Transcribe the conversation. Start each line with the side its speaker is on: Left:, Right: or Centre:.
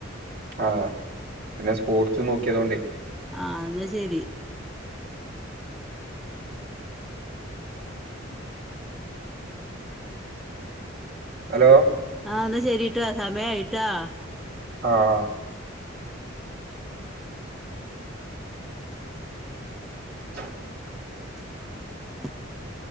Right: ആ പിന്നെ സ്പോർട്സ് നോക്കിയതോണ്ടേ
Centre: ആ എന്നാ ശരി
Right: ഹലോ
Centre: ആ ശെരിട്ടാ സമയയിട്ടാ
Right: ആഹ <unintelligible>
Centre: <inaudible>